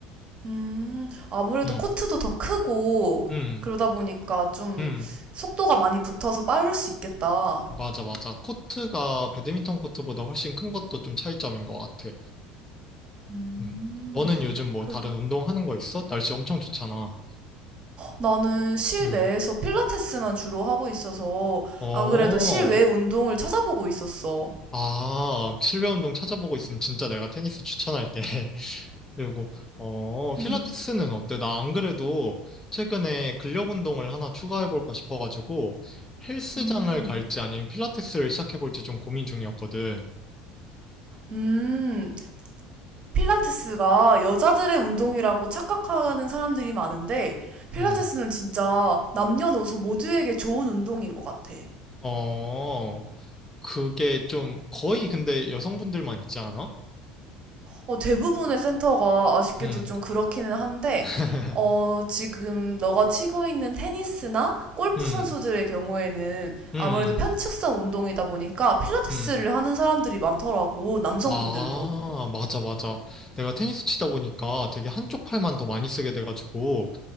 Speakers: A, on the right (about 35°); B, on the left (about 15°).
A: 음. 아무래도
B: 음,
A: 코트도 더 크고
B: 음,
A: 그러다 보니까 좀
B: 음.
A: 속도가 많이 붙어서 빠를 수 있겠다.
B: 맞아, 맞아. 코트가 배드민턴 코트보다 훨씬 큰 것도 좀 차이점인 것 같아.
A: 음.
B: 음. 너는 요즘 뭐
A: 그,
B: 다른 운동하는 거 있어? 날씨 엄청 좋잖아.
A: 나는 실내에서
B: 음.
A: 필라테스만 주로 하고 있어서
B: 어.
A: 안 그래도 실외 운동을 찾아보고 있었어.
B: 아, 실내 운동 찾아보고 있으면 진짜 내가 테니스 추천할게. <laughs> 그리고, 어, 필라테스는
A: 음,
B: 어때? 나 안 그래도 최근에 근력 운동을 하나 추가해볼까 싶어가지고 헬스장을
A: 음,
B: 갈지 아니면 필라테스를 시작해볼지 좀 고민 중이었거든.
A: 음. 필라테스가 여자들의 운동이라고 착각하는 사람들이 많은데 필라테스는
B: 음,
A: 진짜 남녀노소 모두에게 좋은 운동인 것 같아.
B: 어, 그게 좀 거의 근데 여성분들만 있지 않아?
A: 어, 대부분의 센터가 아쉽게도
B: 음,
A: 좀 그렇기는 한데,
B: <laughs>
A: 어, 지금 너가 치고 있는 테니스나 골프
B: 음,
A: 선수들의 경우에는
B: 음,
A: 아무래도 편측성 운동이다 보니까 필라테스를
B: 음.
A: 하는 사람들이 많더라고, 남성분들도.
B: 아, 맞아, 맞아. 내가 테니스 치다 보니까 되게 한쪽 팔만 더 많이 쓰게 돼가지고,